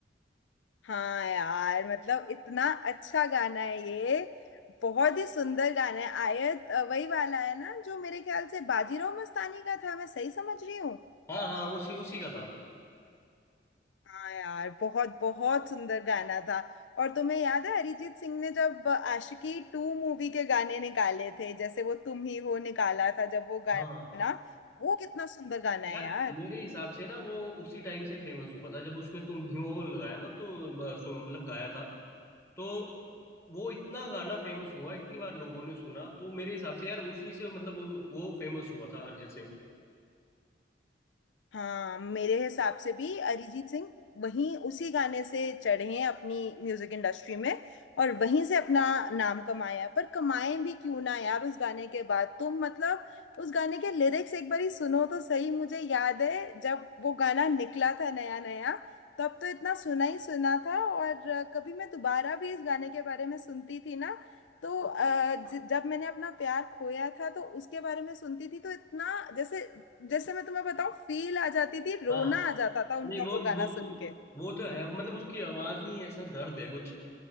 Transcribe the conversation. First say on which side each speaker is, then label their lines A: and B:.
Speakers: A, on the left; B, on the left.
A: हाँ यार मतलब इतना अच्छा गाना है ये बहुत ही सुंदर गाना है आयत अ, वही वाला है ना जो मेरे ख्याल से बाजीराव मस्तानी का था मैं सही समझ रही हूँ
B: हाँ हाँ उसी उसी का था
A: हाँ यार बहुत बहुत सुंदर गाना था और तुम्हें याद है अरिजीत सिंह ने जब आशिकी टू मूवी के गाने निकाले थे जैसे वो तुम ही हो निकाला था जब वो गाना
B: हाँ
A: वो कितना सुंदर गाना है
B: यार
A: यार
B: मेरे हिसाब से ना वो उसी टाइम से फेमस हुआ था जब उसने तुम ही हो लगाया ना तो ब- सु- मतलब गाया था तो वो इतना गाना फेमस हुआ इतनी बार लोगों ने सुना तो मेरे हिसाब से यार उसी से मतलब वो वो फेमस हुआ था अरिजीत सिंह
A: हाँ मेरे हिसाब से भी अरिजीत सिंह वहीं उसी गाने से चढ़े हैं अपनी म्यूजिक इंडस्ट्री में और वहीं से अपना नाम कमाया है। पर कमाए भी क्यों ना यार उस गाने के बाद तुम मतलब उस गाने के लिरिक्स एक बारी सुनो तो सही मुझे याद है जब वो गाना निकला था नया नया तब तो इतना सुना ही सुना था और कभी मैं दोबारा भी इस गाने के बारे में सुनती थी ना तो अ, ज- जब मैंने अपना प्यार खोया था तो उसके बारे में सुनती थी तो इतना जैसे जैसे मैं तुम्हें बताऊं फील आ जाती थी रोना
B: हाँ
A: आ जाता था उनका
B: नहीं वो
A: वो गाना
B: वो तो
A: सुन के
B: वो तो है मतलब उसकी आवाज में ऐसा दर्द है कुछ